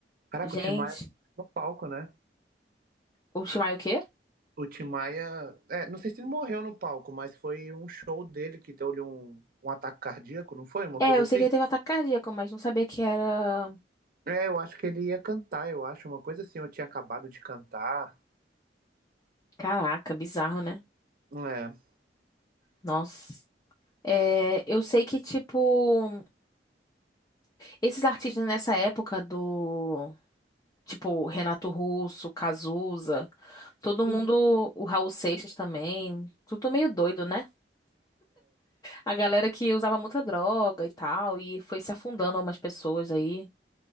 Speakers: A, on the right; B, on the left.
A: Caraca,
B: gente.
A: o Tim Maia no palco, né?
B: O Timaya o quê?
A: O Tim Maia, é, não sei se ele morreu no palco, mas foi um show dele que deu-lhe um, um ataque cardíaco, não foi? Uma
B: É,
A: coisa
B: eu
A: assim?
B: sei que ele teve ataque cardíaco, mas não sabia que era.
A: É, eu acho que ele ia cantar, eu acho, uma coisa assim, eu tinha acabado de cantar.
B: Caraca, bizarro, né?
A: É.
B: Nossa. É, eu sei que, tipo, esses artistas nessa época do. Tipo, Renato Russo, Cazuza, todo
A: Uhum.
B: mundo. O Raul Seixas também. Tudo meio doido, né? A galera que usava muita droga e tal, e foi se afundando algumas pessoas aí.